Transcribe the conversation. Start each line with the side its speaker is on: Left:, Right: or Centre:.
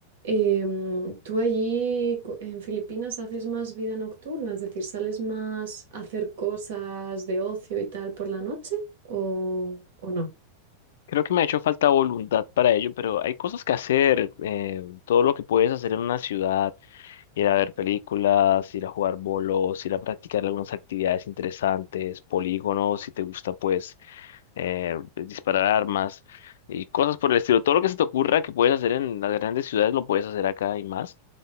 Right: Em, ¿tú allí co- en Filipinas haces más vida nocturna? Es decir, ¿sales más a hacer cosas de ocio y tal por la noche o, o no?
Left: Creo que me ha hecho falta voluntad para ello, pero hay cosas que hacer. eh, todo lo que puedes hacer en una ciudad, ir a ver películas, ir a jugar bolos, ir a practicar algunas actividades interesantes, polígonos, si te gusta pues eh, disparar armas y cosas por el estilo. Todo lo que se te ocurra que puedes hacer en las grandes ciudades lo puedes hacer acá y más.